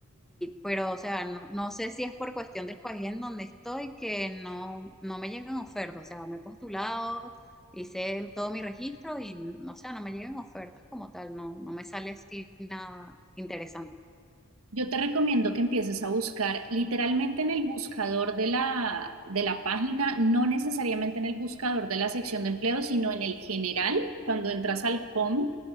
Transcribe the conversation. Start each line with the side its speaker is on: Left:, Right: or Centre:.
Centre: pero, o sea, no, no sé si es por cuestión del país en donde estoy que no, no me llegan ofertas. O sea, me he postulado, hice todo mi registro y, o sea, no me llegan ofertas como tal. No, no me sale así nada interesante.
Right: Yo te recomiendo que empieces a buscar literalmente en el buscador de la, de la página, no necesariamente en el buscador de la sección de empleo, sino en el general. Cuando entras al home,